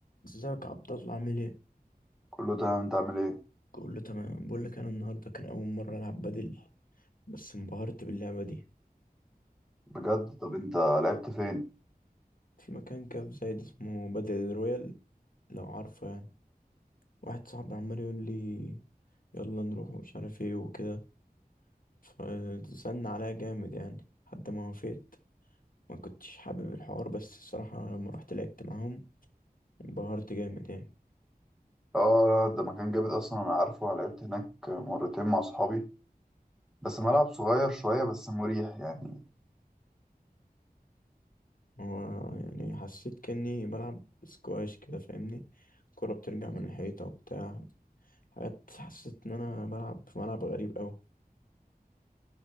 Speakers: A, on the left; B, in the centre.
A: ازيك يا عبد الله عامل ايه
B: كله تمام انت عامل ايه
A: كله تمام بقول لك انا النهارده كان اول مره العب بدل بس انبهرت باللعبه دي
B: بجد طب انت لعبت فين
A: في مكان كده في زايد اسمه بدل رويال لو عارفه يعني واحد صاحبي عمال يقول لي يلا نروح ومش عارف ايه وكده فزن عليا جامد يعني لحد ما وافقت ما كنتش حابب الحوار بس الصراحه لما رحت لعبت معاهم انبهرت جامد يعني
B: اه لا، ده مكان جامد اصلا انا عارفه انا لعبت هناك مرتين مع اصحابي بس ملعب صغير شويه بس مريح يعني
A: هو يعني حسيت كاني بلعب سكواش كده فاهمني الكرة بترجع من الحيطة وبتاع حاجات حسيت ان انا ملعب في ملعب غريب اوي